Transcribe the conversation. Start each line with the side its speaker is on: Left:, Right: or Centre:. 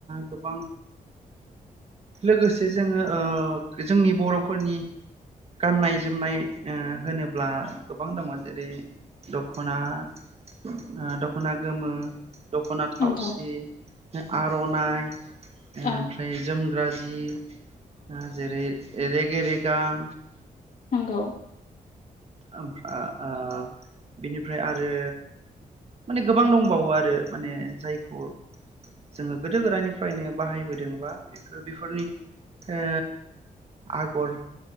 Right: गोबां लोगोसे जोङो ओ जोंनि बर'फोरनि गाननाय जोमनाय ओ होनोब्ला गोबां दङ जेरै दख'ना ओ दख'ना गोमो दख'नाथाव
Left: नंगौ
Right: <unintelligible> आरनाय ओमफ्राय
Left: औ
Right: जोमग्रा जि ओ जेरै रेगे रेगां
Left: नोंगौ
Right: ओम आ ओ बिनिफ्राय आरो माने गोबां दंबावो आरो माने जायखौ जोङो गोदो गोदायनिफ्रायनो बाहायबोदों बा बेफोर बेफोरनि ओ आगर